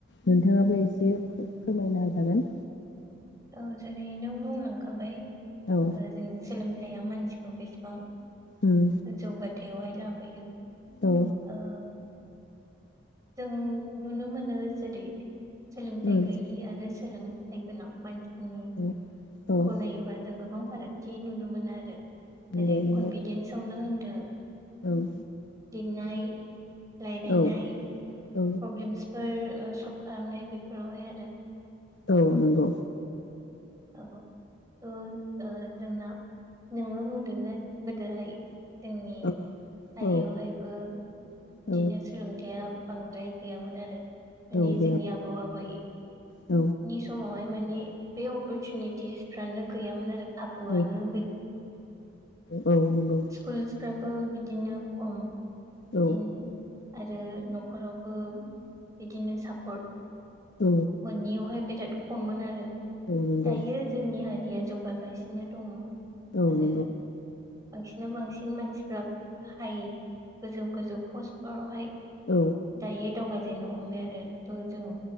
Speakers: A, on the left (about 65°); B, on the right (about 20°).
A: नोंथाङाबो एसे फोरमायना होजागोन
B: औ जेरै नों बुंलांखाबाय
A: औ
B: आरो जोंनि सोलों थाइया मानसिखौ बेसेबां
A: उम
B: जौगाथायावहाय ला बोयो
A: औ
B: ओ जों नुनो मोनो जेरै सोलोंथाइ
A: उम
B: गैयि आरो सोलोंथाइ गोनां मान नि
A: औ औ
B: गनायोबा जों गोबां फाराग बिदि नुनो मोनो आरो
A: नंगौ
B: जेरै
A: नंगौ
B: कनफिदेन्सावनो होन <unintelligible>
A: ओं
B: लिरनाय रायलायनाय
A: औ औ
B: प्रोब्लेम्सफोर सलफ खालामनाय बेफोरावहाय आरो
A: औ नंगौ
B: औ औ आ जोंना नोंनो बुंदोना गोदोहाय जोंनि
A: औ
B: हारियावहायबो
A: औ
B: बिदिनो
A: औ
B: सोलोंथाइया बांद्राय गैयामोन आरो माने
A: औ बे
B: जोंनि आबौ आबै
A: औ
B: नि समावहाय माने बे अपरसुनिटिसफ्रानो गैयामोन आरो खाबुआनो
A: औ औ औ नंगौ
B: स्कुल फ्राबो बिदिनो खम
A: औ
B: <inaudible> आरो न'खरावबो बिदिनो सापर्ट
A: औ
B: मोनियावहाय बेराद खममोन आरो
A: औ नंगौ
B: दायो जोंनि हारिया जौगागासिनो दङ
A: औ
B: आरो
A: नोंगौ
B: बांसिनाव बांसिन मानसिफ्रा हाय गोजौ गोजौ पस्टफोरावहाय
A: औ
B: दायो दावगाजेननो हमबाय आरो <unintelligible> जों